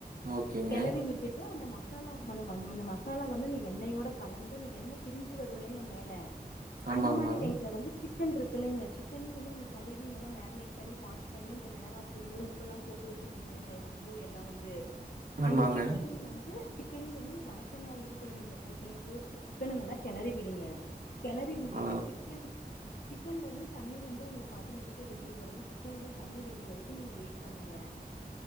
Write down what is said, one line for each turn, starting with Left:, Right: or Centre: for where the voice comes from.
Right: ஓகேங்க.
Left: கிளறி விட்டுட்டு அந்த மாச மசாலா ம அந்த மசாலா வந்து இந்த எண்ணெயோட கலந்து அந்த எண்ணெய் பிரிஞ்சு வரும் பிள்ளைங்க மேலே
Right: ஆமாமா.
Left: அந்த மாரி டைம்ல வந்து சி க்கன் இருக்குல்லைங்க சிக்கனையு வந்து நீங்க கழுவி நல்லா மேரினேட் பண்ணி வாஷ் பண்ணி இந்த மிளகாத்தூளு உப்பெல்லா போட்டு வச்சிருக்கீங்களங்க உப்பு எல்லா வந்து
Right: ஆமாங்க.
Left: அந்த சிக்கனையு வந்து சிக்கனையு வந்து இந்த வணக்கென்ன இதுக்குள்ள நீங்க போட்டுங்க போட்டுட்டு சிக்கன நல்லா கெளறி விடுங்க கெளறி விட்டுட்டு
Right: ஆ.
Left: சிக்கன் சிக்கன்ல இருந்து தண்ணி வந்து உங்களுக்கு ஆட்டோமேட்டிக்கா வெளியே வருங்க சிக்கன் இருந்து தண்ணி வெளியே வரைக்கு நீங்க வெயிட் பண்ணுங்க